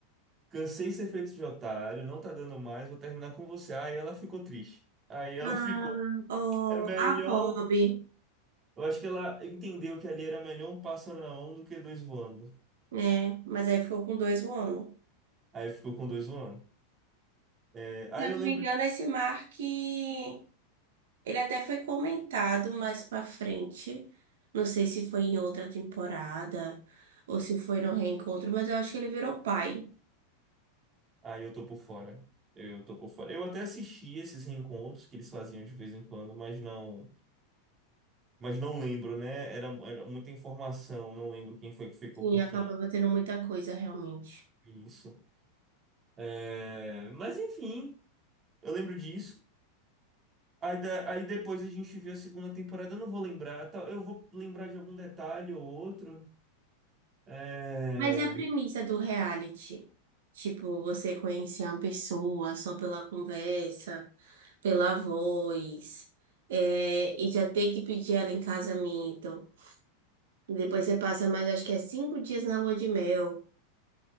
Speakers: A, on the right; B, on the right.
A: Cansei de ser feito de otário, não tá dando mais, vou terminar com você. Aí ela ficou triste. Aí ela
B: Ah,
A: <laughs> ficou.
B: oh,
A: É melhor.
B: a Kobe.
A: Eu acho que ela entendeu que ali era melhor um pássaro na mão do que dois voando.
B: É, mas aí ficou com dois voando.
A: Aí ficou com dois voando. É, aí
B: Se eu
A: eu
B: não
A: lembro.
B: me engano, esse Mark, ele até foi comentado mais pra frente. Não sei se foi em outra temporada ou se foi no reencontro, mas eu acho que ele virou pai.
A: Aí eu tô por fora. Eu tô por fora. Eu até assisti esses reencontros que eles faziam de vez em quando, mas não. Mas não lembro, né? Era, era muita informação, não lembro quem foi que ficou
B: Sim,
A: com
B: acabava
A: quem.
B: tendo muita coisa realmente.
A: Isso. É, mas enfim, eu lembro disso. Aí, da- aí depois a gente vê a segunda temporada, eu não vou lembrar, tá, eu vou lembrar de algum detalhe ou outro. É,
B: Mas é a premissa do reality? Tipo, você conhecer uma pessoa só pela conversa. pela voz, é, e já ter que pedir ela em casamento. Depois você passa mais, acho que é cinco dias na lua de mel.